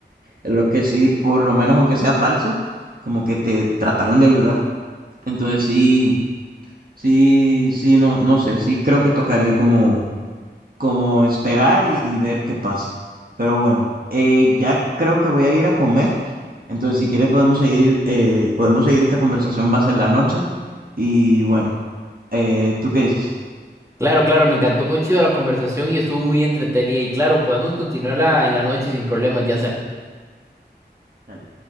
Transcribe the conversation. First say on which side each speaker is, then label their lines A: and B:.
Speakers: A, on the right; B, on the right.
A: en lo que sí, por lo menos aunque sea falso, como que te trataron de ayudar. Entonces sí, sí, sí, no, no sé, sí creo que tocaría como, como esperar y, y ver qué pasa. Pero bueno, eh, ya creo que voy a ir a comer. Entonces, si quieres podemos seguir, eh, podemos seguir esta conversación más en la noche. Y bueno, eh, ¿tú qué dices?
B: Claro, claro, me encantó mucho la conversación y estuvo muy entretenida y claro, podemos continuarla en la noche sin problemas, ya sea.
A: Dale.